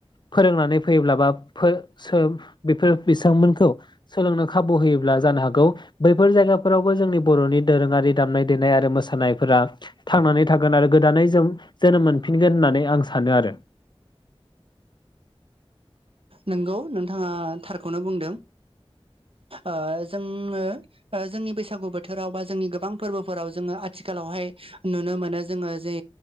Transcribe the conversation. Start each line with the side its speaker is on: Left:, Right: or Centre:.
Left: फोरोंनानै फैयोब्ला बा फो सोम बेफोर बिथांमोनखौ सोलोंनो खाबु होयोब्ला जानो हागौ बैफोर जायगाफोरावबो जोंनि बर'नि दोरोङारि दामनाय देनाय आरो मोसानायफोरा थांनानै थागोन आरो गोदानै जों जोनोम मोनफिनगोन होननानै आं सानो आरो।
Right: नोंगौ नोंथाङा थारखौनो बुंदों। ओ जोङो जोंनि बैसागु बोथोराव बा जोंनि गोबां फोरबोफोराव जोङो आथिखालावहाय नुनो मोनो जोङो जे